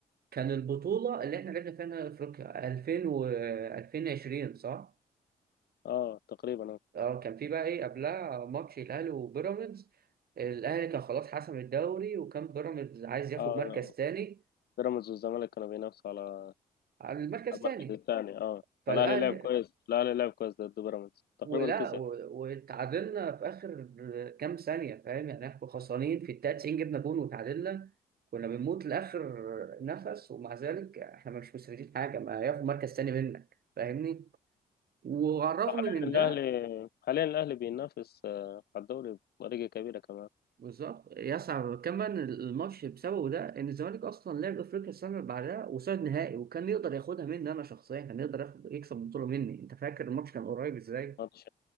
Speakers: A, on the right (about 65°); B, on the left (about 65°).
A: كان البطولة اللي إحنا لعبنا فيها نهائي أفريقيا 2000 و 2020 صح؟
B: اه تقريبا اه
A: اه كان في بقى ايه قبلها ماتش الاهلي وبيراميدز الاهلي كان خلاص حسم الدوري وكان بيراميدز عايز ياخد
B: آه،
A: مركز تاني
B: بيراميدز والزمالك كانوا بينافسوا على
A: على المركز
B: على المركز
A: تاني
B: الثاني اه
A: فالاهلي
B: فالاهلي لعب كويس الاهلي لعب كويس ضد بيراميدز تقريبا
A: ولا
B: كسب
A: و- واتعادلنا في اخر كام ثانيه فاهم يعني احنا خسرانين في الدقيقه 90 جبنا جون وتعادلنا كنا بنموت لاخر نفس ومع ذلك احنا مش مستفيدين حاجه ما ياخد مركز تاني منك فاهمني وعلى الرغم
B: وحاليا
A: من
B: الاهلي
A: ده
B: حاليا الاهلي بينافس آه، على الدوري بطريقه كبيره كمان
A: بالظبط يصعب كمان الماتش بسببه ده ان الزمالك اصلا لعب افريقيا السنه اللي بعدها وصعد نهائي وكان يقدر ياخدها مني انا شخصيا كان يقدر ياخد يكسب البطوله مني انت فاكر الماتش كان قريب ازاي
B: ماتش